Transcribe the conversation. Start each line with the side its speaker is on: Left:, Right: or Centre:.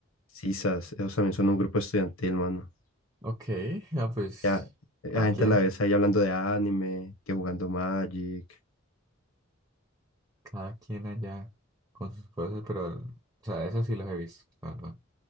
Left: Sisas, ellos también son un grupo estudiantil, mano.
Right: Ok, ah, pues
Left: Ya, eh,
Right: cada
Left: la gente
Right: quien,
Left: a la vez ahí hablando de anime, que jugando Magic.
Right: cada quien allá con sus cosas, pero, o sea, eso sí los he visto, la verdad.